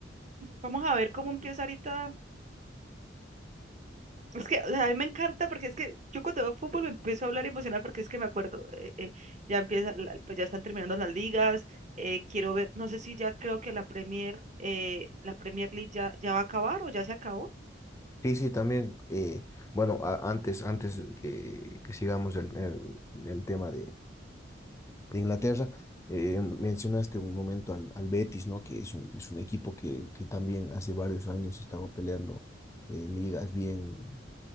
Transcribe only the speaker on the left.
Sí, sí, también, eh, bueno, a- antes, antes que, que sigamos el, el, el tema de, de Inglaterra, eh, mencionaste un momento al, al Betis, ¿no? Que es un, es un equipo que, que también hace varios años estaba peleando eh, ligas bien,